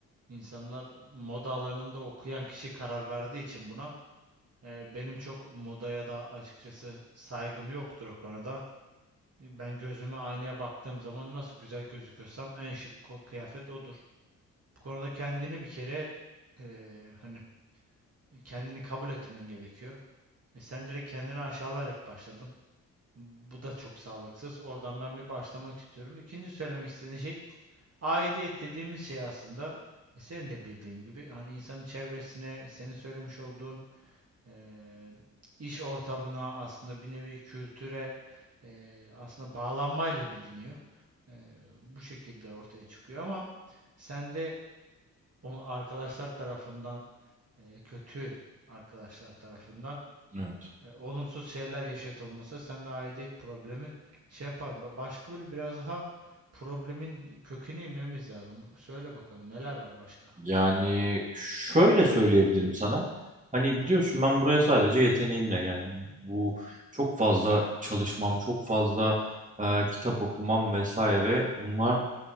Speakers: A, on the right; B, on the right.
A: insanlar moda alanında okuyan kişi karar verdiği için buna e, benim çok modaya da açıkçası saygım yoktur o konuda. Ben gözümü aynaya baktığım zaman nasıl güzel gözüküyorsam en şık ko- kıyafet odur. Bu konuda kendini bir kere e, hani kendini kabul etmen gerekiyor. E sen direkt kendini aşağılayarak başladın. Bu da çok sağlıksız. Oradan ben bir başlamak istiyorum. İkinci söylemek istediğim şey aidiyet dediğimiz şey aslında e, senin de bildiğin gibi hani insanın çevresine, senin söylemiş olduğun eee, iş ortamına aslında bir nevi kültüre eee, aslında bağlanmayla biliniyor. Eee, bu şekilde ortaya çıkıyor ama sen de onu arkadaşlar tarafından eee, kötü arkadaşlar tarafından
B: Evet.
A: e, olumsuz şeyler yaşatılması sende aidiyet problemi şey yapar. Başka böyle biraz daha problemin köküne inmemiz lazım. Söyle bakalım neler var başka?
B: Yani şöyle söyleyebilirim sana. Hani biliyorsun ben buraya sadece yeteneğimle geldim. Bu çok fazla çalışmam, çok fazla e, kitap okumam vesaire bunlar